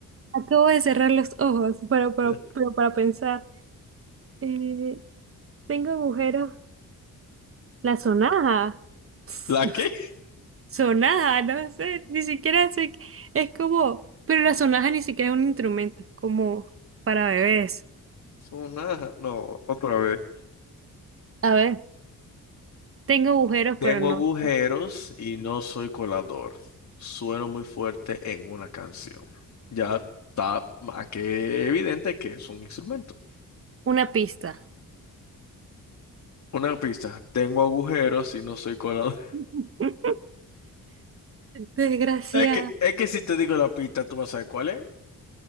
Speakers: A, on the right; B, on the left.
A: acabo de cerrar los ojos para, para,
B: <laughs>
A: pero para pensar. Eh, tengo agujeros. La sonaja. <laughs>
B: ¿La qué?
A: Sonaja, no sé, ni siquiera sé. qué- Es como, pero la sonaja ni siquiera es un instrumento, es como para bebés.
B: Sonaja. No, otra vez.
A: A ver, tengo agujeros,
B: Tengo
A: pero no.
B: agujeros y no soy colador. Sueno muy fuerte en una canción. Ya está más que evidente que es un instrumento.
A: Una pista.
B: Una pista. Tengo agujeros y no soy colador. <laughs>
A: <laughs> Desgraciada.
B: Es que, es que si te digo la pista, ¿tú vas a saber cuál es?